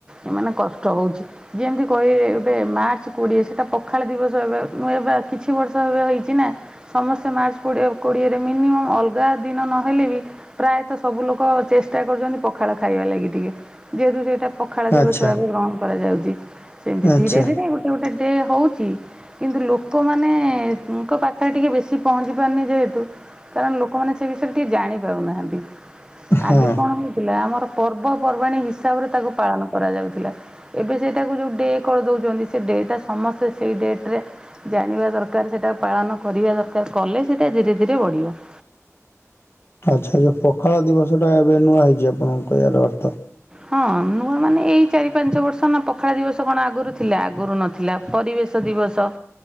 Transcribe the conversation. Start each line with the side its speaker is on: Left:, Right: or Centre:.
Right: ଏମାନେ କଷ୍ଟ ହଉଛି, ଯେମିତି କହିବେ ଏବେ ମାର୍ଚ୍ଚ କୋଡ଼ିଏ ସେଟା ପଖାଳ ଦିବସ ଏବେ ମୁଁ ଏବେ ଆ କିଛି ବର୍ଷ ଏବେ ହେଇଛି ନା ସମସ୍ତେ ମାର୍ଚ କୋଡ଼ି କୋଡ଼ିଏରେ ମିନିମମ୍ ଅଲଗା ଦିନ ନହେଲେ ବି ପ୍ରାୟତଃ ସବୁ ଲୋକ ଚେଷ୍ଟା କରୁଛନ୍ତି ପଖାଳ ଖାଇବା ଲାଗି ଟିକେ। ଯେହେତୁ ସେ ଟା ପଖାଳ ଦିବସ
Left: ଆଚ୍ଛା
Right: ଭାବେ ଗ୍ରହଣ କରାଯାଉଛି। ସେମିତି
Left: ଆଚ୍ଛା
Right: ଧୀରେ ଧୀରେ ଗୋଟେ ଗୋଟେ ଡେ ହଉଚି କିନ୍ତୁ ଲୋକମାନେଙ୍କ ପାଖରେ ଟିକେ ବେଶୀ ପହଞ୍ଚି ପାରୁନି ଯେହେତୁ କାରଣ ଲୋକମାନେ ସେ ବିଷୟରେ ଟିକେ ଜାଣି ପାରୁନାହାନ୍ତି।
Left: ହଁ
Right: ଆଗେ କଣ ହେଇ ଥିଲା, ଆମର ପର୍ବପର୍ବାଣୀ ହିସାବରେ ତାକୁ ପାଳନ କରାଯାଉଥିଲା। ଏବେ ସେଇଟାକୁ ଯୋଉ ଡେ କରିଦେଉଛନ୍ତି ସେ ଡେ ଟା ସମସ୍ତେ ସେଇ ଡେଟ୍ ରେ ଜାଣିବା ଦରକାର ସେଇଟାକୁ ପାଳନ କରିବା ଦରକାର କଲେ ସେଇଟା ଧୀରେ ଧୀରେ ବଢ଼ିବ।
Left: ଆଚ୍ଛା ଯଉ ପଖାଳ ଦିବସଟା ଏବେ ନୂଆ ହେଇଛି ଆପଣଙ୍କ କହିବାର ଅର୍ଥ?
Right: ହଁ ନୂଆ ମାନେ ଏଇ ଚାରି ପାଞ୍ଚ ବର୍ଷ ନା ପଖାଳା ଦିବସ କଣ ଆଗୁରୁ ଥିଲା ଆଗୁରୁ ନଥିଲା। ପରିବେଶ ଦିବସ